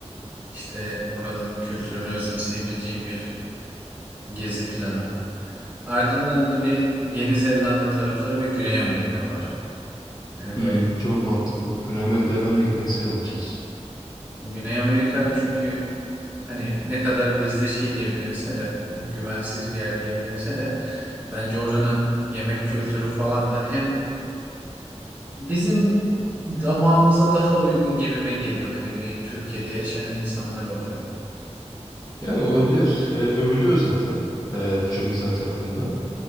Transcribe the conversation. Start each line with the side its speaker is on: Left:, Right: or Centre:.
Right: işte oranın kültürünü özümseyebileceğim bir gezi planı. Ardından da bir Yeni Zelanda tarafları ve Güney Amerika var. Hani
Left: Hmm,
Right: böyle bir-
Left: çok mantıklı. Güney Amerika'ya ben de gitmek isterim açıkçası.
Right: Güney Amerika çünkü hani ne kadar bizde şey diyebilinse de hani güvensiz bir yer diyebilinse de bence oranın yemek kültürü falan da hem bizim damağımıza daha uygun gibime geliyor hani bir Türkiye'de yaşayan insanlar olarak.
Left: Yani olabilir. E, övülüyor zaten e, birçok insan tarafından.